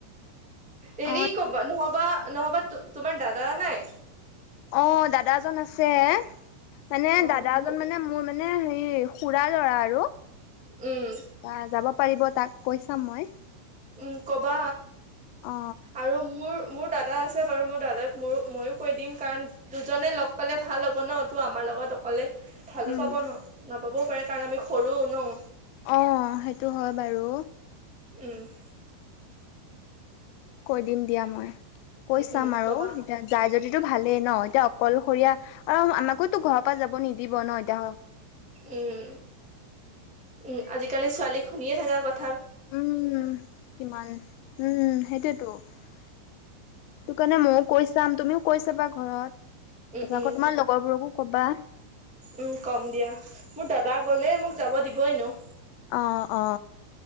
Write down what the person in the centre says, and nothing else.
হেৰি
কমবা <unintelligible> নহবা নহবা তোমাৰ দাদা নাই।
অ
মোৰ
উম
উম ক'বা
আৰু মোৰ মোৰ দাদা আছে বাৰু মোৰ দাদাক মোৰো ময়ো কৈ দিম কাৰণ দুজনে লগ পালে ভাল হ'ব ন অ তটো আমাৰ। লগত অকলে ভালো
পাব ন নাপাবও পাৰে কাৰণ আমি সৰুও ন
উম!
উম
উম
কবা
উম, উম আজিকালি ছোৱালী শুনিয়ে থকা কথা
উম
উম
উম কম দিয়া৷মোৰ দাদা গ'লে মোক যাব দিব এনেও৷